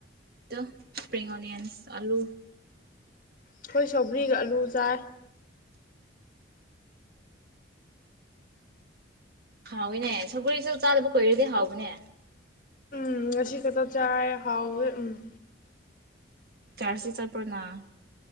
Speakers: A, on the right (about 55°); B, on the left (about 45°).
A: ꯑꯗꯨꯝ ꯁꯄꯔꯤꯡ ꯑꯣꯅꯤꯌꯟꯁ ꯑꯂꯨ
B: ꯑꯩꯈꯣꯏ ꯁꯧꯒꯔꯤꯒ ꯑꯂꯨ ꯆꯥꯏ
A: ꯍꯥꯎꯋꯤꯅꯦ ꯁꯧꯒꯔꯤꯁꯨ ꯆꯥꯗꯕ ꯀꯨꯏꯔꯗꯤ ꯍꯥꯎꯕꯅꯦ
B: ꯎꯝ ꯉꯁꯤ ꯈꯛꯇ ꯆꯥꯔꯦ ꯍꯥꯎꯋꯦ ꯎꯝ
A: ꯆꯥꯁꯤ ꯆꯠꯄꯔꯥ ꯅꯪ